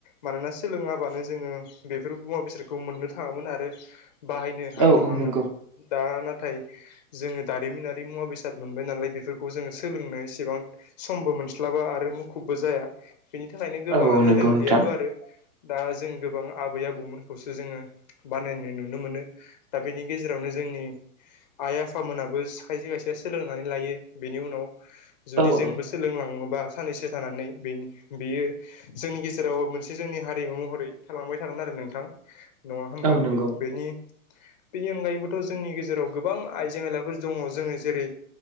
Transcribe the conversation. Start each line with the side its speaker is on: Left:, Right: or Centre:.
Left: मानोना सोलोङाबानो जो जोङो बेफोर मुवा बेसादखौ मोननो थाङामोन आरो बाहायनो हानाय
Right: औ
Left: नङामोन
Right: औ नंगौ
Left: दा नाथाय जोङो दारिमिनारि मुवा बेसाद मोन बाइ नालाय बेफोरखौ जोङो सोलोंनो इसेबां समबो मोनस्लाबा आरो मु खुबबो जाया बेनि थाखायनो गोबाङानो
Right: औ औ नंगौ
Left: रोंदियाबो
Right: नोंथां
Left: आरो दा जों गोबां आबै आबौमोनखौसो जोङो बानायनो नुनो मोनो दा बेनि गेजेरावनो जोंनि आइ आफामोनाबो खायसे खायसे सोलोंनानै लायो बेनि उनाव जुदि
Right: औ
Left: जोंबो
Right: औ
Left: सोलोंलाङो बा सानैनैसो थानानै बे बेयो जोंनि गेजेराव मोनसे जोंनि हारिमु महरै थालांबाय थागोन आरो नोंथां नङा होमबा
Right: औ नंगौ
Left: बेनि बेनि अनगायैबोथ' जोंनि गेजेराव गोबां आइजें आयलाफोर दङ जोङो जेरै